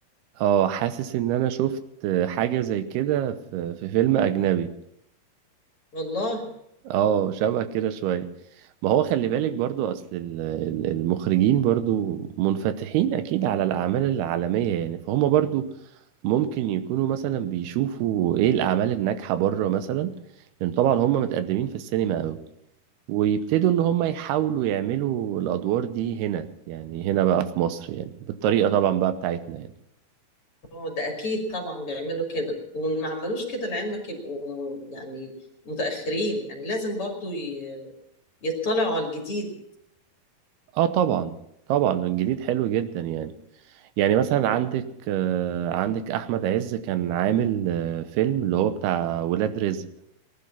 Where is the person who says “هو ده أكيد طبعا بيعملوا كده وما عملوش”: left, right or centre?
Left